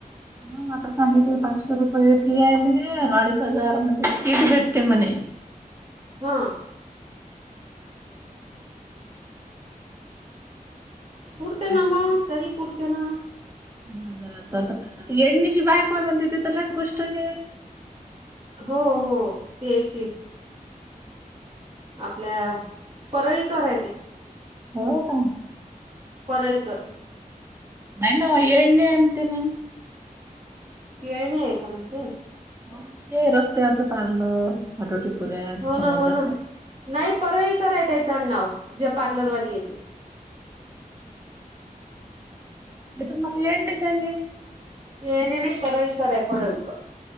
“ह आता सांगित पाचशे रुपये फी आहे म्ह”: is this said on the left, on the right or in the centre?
Right